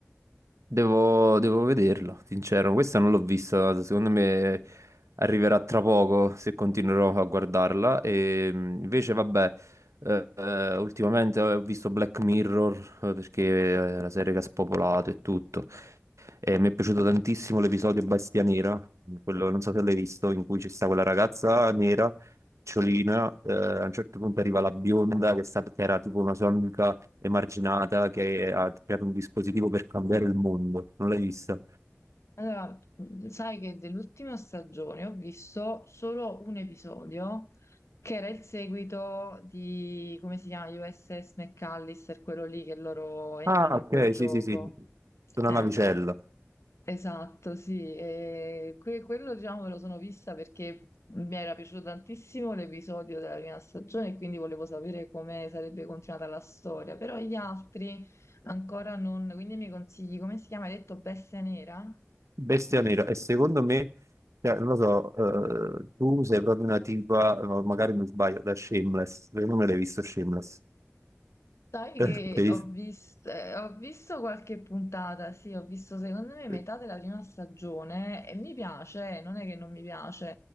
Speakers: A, on the right; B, on the left.
A: Devo, devo vederlo, sincero. Questa non l'ho vista, secondo me arriverà tra poco se continuerò a guardarla. E mh, invece, vabbè, eh, eh, ultimamente ho visto Black Mirror eh, perché è la serie che ha spopolato e tutto. E mi è piaciuto tantissimo l'episodio Bestia Nera, quello non so se l'hai visto, in cui ci sta quella ragazza nera, ciolina, eh, a un certo punto arriva la bionda che, è stata- che era tipo una sua amica emarginata che ha creato un dispositivo per cambiare il mondo. Non l'hai vista?
B: Allora, mh, sai che dell'ultima stagione ho visto solo un episodio che era il seguito di, come si chiama, USS McAllister, quello lì che loro entrano
A: Ah,
B: in
A: ok,
B: quel gioco.
A: sì, sì, sì, una
B: Eh,
A: navicella.
B: Esatto, sì, e que- quello diciamo me lo sono vista perché mi era piaciuto tantissimo l'episodio della prima stagione e quindi volevo sapere come sarebbe continuata la storia, però gli altri ancora non, quindi mi consigli, come si chiama? Hai detto Bestia Nera?
A: Bestia nera. E secondo me, cioè, non lo so, eh, tu sei proprio una tipa, no, magari mi sbaglio, da Shameless. Secondo me l'hai visto Shameless.
B: Sai
A: <laughs>
B: che
A: L'hai
B: ho
A: visto?
B: visto, ho visto qualche puntata, sì, ho visto secondo me
A: <laughs>
B: metà della prima stagione e mi piace, non è che non mi piace,